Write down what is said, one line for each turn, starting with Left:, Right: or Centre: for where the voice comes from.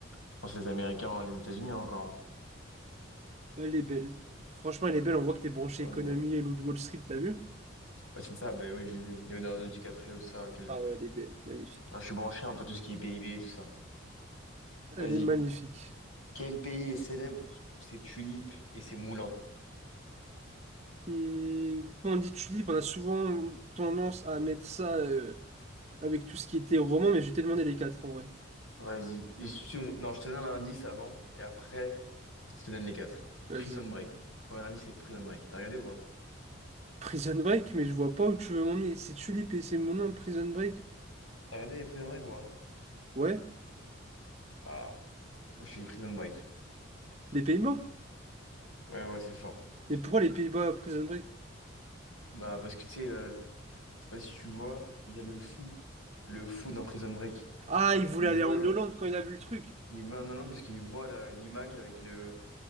Left: je pense les Américains, les États-Unis encore. hein.
Right: Elle est belle. Franchement, elle est belle, on voit que t'es branché
Left: Ok.
Right: économie
Left: Ouais.
Right: et Loup de Wall Street, t'as vu?
Left: Ouais, c'est ça, ben oui, j'ai vu. Leonardo DiCaprio, tout ça. quel-
Right: Ah
Left: ouais.
Right: ouais, elle est belle, magnifique.
Left: Non, je suis branché un peu tout ce qui est PIB et tout ça.
Right: Elle
Left: Vas-y.
Right: est magnifique.
Left: Quel pays est célèbre pour ses tulipes et ses moulins?
Right: Hmm, quand on dit tulipe, on a souvent tendance à mettre ça euh, avec tout ce qui était roman, mais je vais te demander les quatre, en vrai.
Left: Vas-y. Et je te- Non, je te donne un indice avant et après, je te donne les quatre.
Right: Vas-y.
Left: Prison Break. Premier indice, c'est Prison Break. T'as regardé ou pas?
Right: Prison Break, mais je vois pas où tu veux m'emmener. C'est tu et c'est mon nom, Prison Break.
Left: T'as regardé Prison Break ou pas?
Right: Ouais,
Left: Bah, moi, je suis Prison Break.
Right: les Pays-Bas.
Left: Ouais, ouais, c'est fort.
Right: Mais pourquoi les Pays-Bas, Prison Break?
Left: Bah, parce que tu sais, euh, je sais pas si tu vois, il y a le fou. Le fou dans Prison Break.
Right: Ah, il voulait
Left: Il
Right: aller
Left: vole
Right: en Hollande quand il a vu le truc.
Left: Il vole en Hollande parce qu'il voit la- l'image avec le